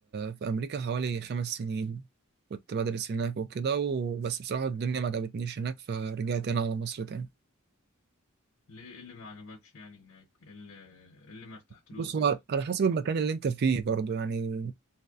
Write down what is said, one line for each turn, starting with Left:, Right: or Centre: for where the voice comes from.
Right: في أمريكا حوالي خمس سنين كنت بدرس هناك وكده وبس بصراحة الدنيا ما عجبتنيش هناك فرجعت هنا على مصر تاني
Left: ليه ايه اللي ما عجبكش يعني هناك ايه اللي, ايه اللي ما ارتحتلوش
Right: بص
Left: مثلا
Right: هو على حسب المكان اللي أنت فيه برضه يعني